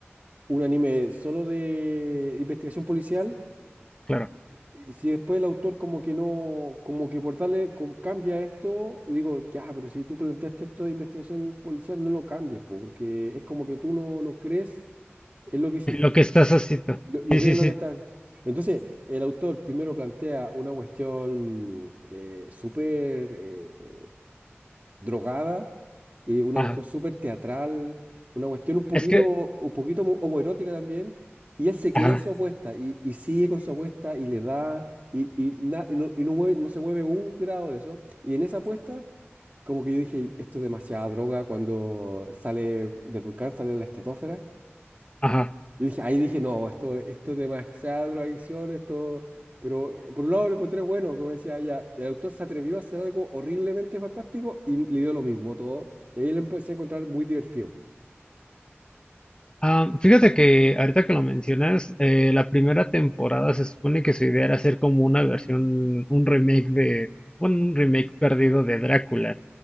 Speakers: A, on the right; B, on the left.
A: un anime solo de investigación policial.
B: claro.
A: Y si después el autor como que no, como que por darle, como cambia esto, digo, ya, pero si tú planteaste esto de investigación policial, no lo cambies, po, porque es como que tú no lo crees, es lo que hiciste,
B: En lo que estás haciendo.
A: lo, lo
B: Sí,
A: que
B: sí,
A: es
B: sí.
A: lo que estás. Entonces, el autor primero plantea una cuestión eh, súper eh, drogada, eh, una
B: Ajá.
A: cuestión súper teatral, una cuestión un poquito,
B: Es que,
A: un poquito mo- homoerótica también, y él se queda
B: ajá,
A: en su apuesta y, y sigue con su apuesta y le da, y, y, na- y no, y no mueve- no se mueve un grado de eso, y en esa apuesta, como que yo dije, esto es demasiada droga, cuando sale del volcán, sale de la estratosfera,
B: ajá.
A: yo dije, ahí dije, no, esto, esto es demasiada drogadicción, esto. Pero eh, por un lado lo encontré bueno, como decía ella, el autor se atrevió a hacer algo horriblemente fantástico y le dio lo mismo todo. Y ahí lo empecé a encontrar muy divertido.
B: Ah, fíjate que ahorita que lo mencionas, eh, la primera temporada se supone que su idea era hacer como una versión, un remake de, bueno, un remake perdido de Drácula.